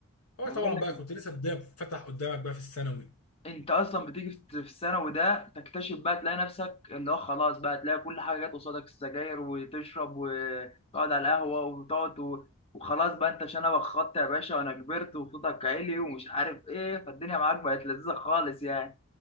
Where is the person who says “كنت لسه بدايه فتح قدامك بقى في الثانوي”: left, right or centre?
Left